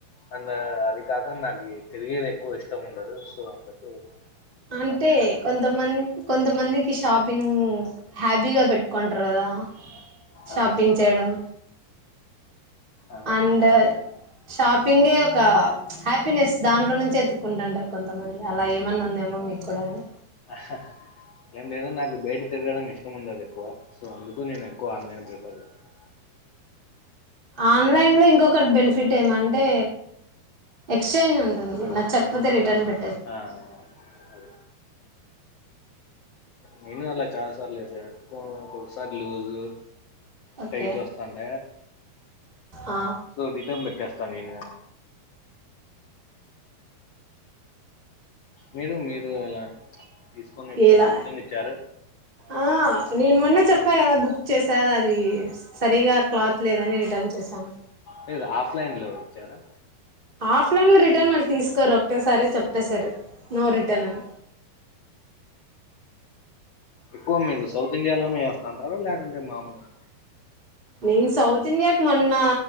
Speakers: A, on the left; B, on the right.
A: అండ్ అది కాక నాకి తిరిగేది ఎక్కువ ఇష్టం ఉండదు సో అందుకు
B: అంటే
A: ఆన్లైన్ లో
B: కొంతమం కొంతమందికిష్ షాపింగ్ హ్యాబి గా పెట్టుకుంటరు కదా షాపింగ్
A: ఆ
B: చేయడం
A: ఆ
B: అండ్ షాపింగే ఒక హ్యాపీనెస్ దాంట్లో నుంచి ఎతుక్కుంటంటారు కొంతమంది అలా ఏమన్నా ఉందేమో మీకు కూడా అని
A: హ హా ఎం లేదండి నాకు బయట తిరగడం ఇష్టం ఉండదు ఎక్కువ సో అందుకు నేను ఎక్కువ ఆన్లైన్ ప్రిఫర్ చేస్తా
B: ఆన్లైన్ లో ఇంకొకటి బెనిఫిట్ ఏమంటే ఎక్స్చేంజ్ ఉంటుంది నచ్చకపోతే రిటర్న్ పెట్ట
A: ఆ అదే నేను అలా చాలా సార్లు చేసాను కొ ఒక్కొక్కసారి సారి లూజు
B: ఓకే
A: టైట్ వస్తాంట
B: ఆ
A: సో రీటన్ పెట్టేస్తా తనిన మీరు మీరు ఎలాని తీసుకొని ఎప్పుడైనా
B: ఎలా
A: రిటర్న్ ఇచ్చార
B: ఆ నేను మొన్న చెప్పా కదా బుక్ చేసా అ అది సరిగా క్లాత్ లేదని రిటర్న్ చేశాను
A: లేదు ఆఫ్లైన్ లో ఇచ్చారా
B: ఆఫ్ లైన్ లో రిటర్న్ వాళ్ళు తీసుకోరు ఒకటె సారి చెప్పసారు నో రిటర్న్ అని
A: ఎక్కువ మీరు సౌత్ ఇండియాలోనే వస్తాంటారా లేకుంటే మామూలుగా
B: నేను సౌత్ ఇండియాకి మొన్న